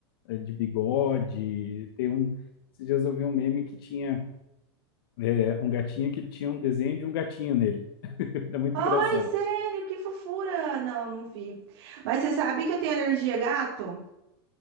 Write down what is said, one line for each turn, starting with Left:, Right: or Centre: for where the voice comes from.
Left: eh, de bigode. Tem um. Esses dias eu vi um meme que tinha. É, um gatinho que tinha um desenho de um gatinho nele. <laughs>
Right: <laughs>
Left: Era muito
Right: Ai,
Left: engraçado.
Right: sério, que fofura! Não, não vi. Mas você sabe que eu tenho alergia a gato?